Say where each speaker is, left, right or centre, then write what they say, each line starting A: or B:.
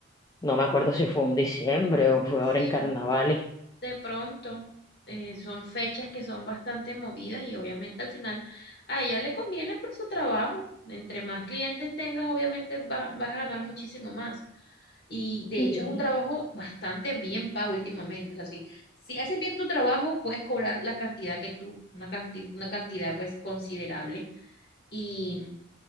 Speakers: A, on the left; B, on the left.
A: no me acuerdo si fue en diciembre o fue
B: Sí,
A: ahora en carnavales.
B: de pronto eh, son fechas que son bastante movidas y obviamente al final a ella le conviene por su trabajo. Entre más clientes tengas, obviamente va- vas a ganar muchísimo más. Y de
A: Sí.
B: hecho es un trabajo bastante bien pago últimamente. O sea, si, si haces bien tu trabajo, puedes cobrar la cantidad que tú, una cantidad, una cantidad pues considerable y,